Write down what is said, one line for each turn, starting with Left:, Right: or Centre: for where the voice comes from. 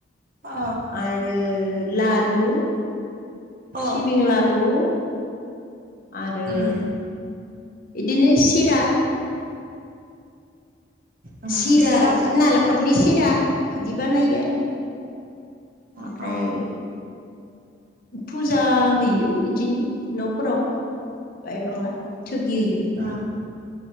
Right: अ
Left: आरो लारु
Right: अ
Left: सिबिं लारु आरो
Right: उम
Left: इदिनो सिरा।
Right: उम
Left: सिरा
Right: सिराफोर
Left: नालेंखरनि सिरा इदि बानायो आरो। ओमफ्राय
Right: अ अ।
Left: फुजा हैयो इदिनो न'फोराव बाय बांला। थुगियो।
Right: अ